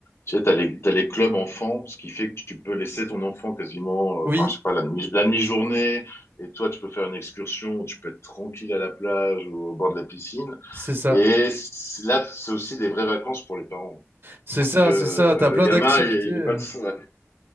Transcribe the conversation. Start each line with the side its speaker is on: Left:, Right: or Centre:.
Left: tu sais, t'as les, t'as les clubs enfants, ce qui fait que tu peux laisser ton enfant quasiment,
Right: Oui,
Left: euh, enfin, je sais pas, la demi, la demi-journée, et toi, tu peux faire une excursion, où tu peux être tranquille à la plage ou au bord de la piscine.
Right: c'est ça.
Left: Et c- là, c'est aussi des vraies vacances pour les parents.
Right: C'est
Left: Parce
Right: ça,
Left: que euh,
Right: c'est ça. T'as
Left: le
Right: plein
Left: gamin,
Right: d'activités.
Left: il,
Right: euh.
Left: il est pas... <laughs> de- Ouais.